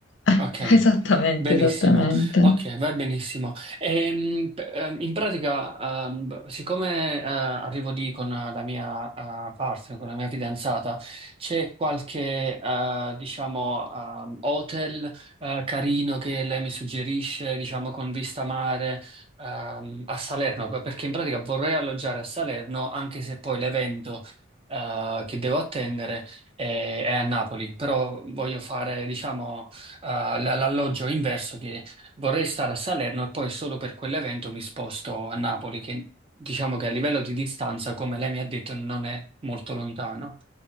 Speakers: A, on the left; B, on the right.
A: <laughs>
B: Ok,
A: Esattamente,
B: benissimo.
A: esattamente.
B: Ok, va benissimo. Ehm, p- ehm, in pratica, ehm, siccome eh, arrivo lì con eh, la mia eh, partner, con la mia fidanzata, c'è qualche, eh, diciamo, ehm, hotel eh, carino che lei mi suggerisce, diciamo, con vista mare ehm, a Salerno, perché in pratica vorrei alloggiare a Salerno, anche se poi l'evento eh, che devo attendere è, è a Napoli, però voglio fare, diciamo eh, l- l'alloggio è inverso che vorrei stare a Salerno e poi solo per quell'evento mi sposto a Napoli, che diciamo che a livello di distanza, come lei mi ha detto, non è molto lontano.